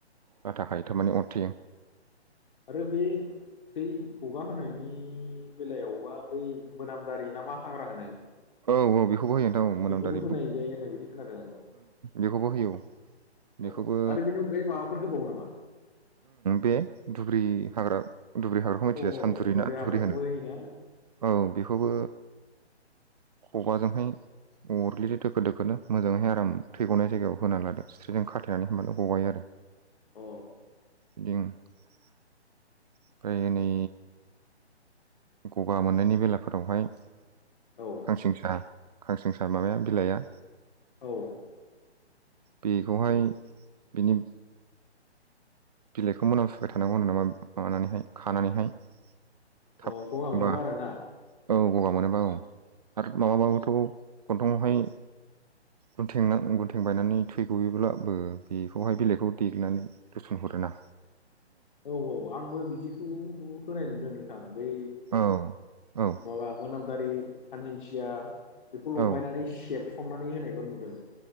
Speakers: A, on the right; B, on the left.
A: लाथा खायो थाबनानै अरथेयो।
B: आरो बे थै खगा होनायनि बेलायावबा बै मोनामदारि ना मा हाग्रा होनो।
A: औ औ बेखौबो होयो नोंथां औ मोनामदारि
B: बेखौबो होनाय जायो होननाय बायदि खोनादों आं
A: बेखौबो होयो औ।
B: औ
A: बेखौबो
B: आरो बेनि अनगायै माबाफोर होबावो नामा
A: बे दब्रि हाग्रा दुब्रि हाग्राखौ मिथिया
B: अ
A: सानदुरि
B: दब्राय
A: ना दुब्रि
B: हाग्राखौै
A: होनो
B: ना
A: औ बेखौबो खगाजोंहाय। अरग्लियो दोखो दोखोनो मोजाङैहाय आराम थै गनाय जायगायाव होना लादो सिथ्रिजों खाथायेनानै होनबानो गगायो आरो।
B: अ
A: बिदि ओमफ्राय नै गगा मोननायनि बेलाफोरावहाय खानसिं
B: औ
A: सा खांनसिं सा माबाया बिलाइआ
B: औ।
A: बेखौहाय बिनि बिलाइखौ मोनामसाय थानांगौ होन नामा माबानानैहाय खानानैहाय। थाब
B: अ गगा
A: होमबा
B: मोनबा आरो ना?
A: औ गगा मोनोबा औ आरो माबाबाबोथ गन्थंआवहाय। गन्थ गुनन्थें बायनानै थै गयोब्लाबो बेखौहाय बिलाइखौ देग्नानै गोरसोनहर आरोना
B: औ औ आंबो बिदिखौ होनाय नुदों नोंथां। बै
A: औ औ
B: माबा मोनामदारि खानसिंसिया। बेखौ लगायनानै
A: औ
B: सेबसननानै होनायखौ नुदों।